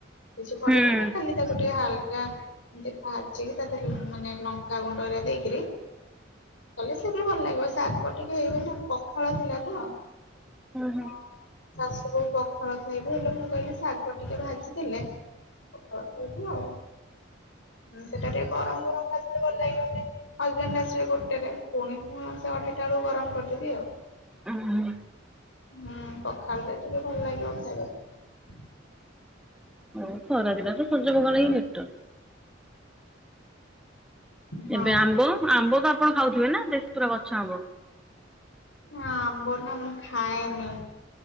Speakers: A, on the left; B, in the centre.
A: କିଛି ପଡିବନି
B: ହୁଁ ହୁଁ
A: ଖାଲି ତାକୁ ଟିକେ ହାଲକା <unintelligible> ତାକୁ ମାନେ ଲଙ୍କା ଗୁଣ୍ଡରେ ଦେଇକରି କଲେ ସେ ଟିକେ ଭଲ ଲାଗିବ ଶାଗ ଟିକେ ହେଇଗଲେ ପଖାଳ ଥିଲା ତ <unintelligible>
B: ହୁଁ।
A: ଶାଶୁ ବୋହୂ ପଖାଳ ଖାଇବୁ ହେଲେ ମୁଁ କହିଲି ଶାଗ ଟିକେ ଭାଜିି ଥିଲେ ପଖାଳ <unintelligible> ସେଟା ଟିକେ ଗରମ ଗରମ ଖାଇଦେଲେ ଭଲ ଲାଗିବ ହଜବେଣ୍ଡ ଆସିବେ ଗୋଟେ ରେ ପୁଣି ପୁଣି ସେ ଅଢେଇଟା ବେଳକୁ ଗରମ କରିଦେବି ଆଉ
B: ହୁଁ
A: ହୁଁ ପଖାଳରେ ଟିକେ ଭଲ ଲାଗିବ ଖାଇବାକୁ।
B: ହଉ ଖରା ଦିନ ତ ସଜ ପଖାଳ ହିଁ ବେଟର।
A: ହଁ।
B: ଏବେ ଆମ୍ବ ଆମ୍ବ ତ ଆପଣ ଖାଉଥିବେ ନା? ଦେଶୀ ପୁରା ଗଛ ଆମ୍ୱ
A: ନା ଆମ୍ବ ନା ମୁଁ ଖାଏନି।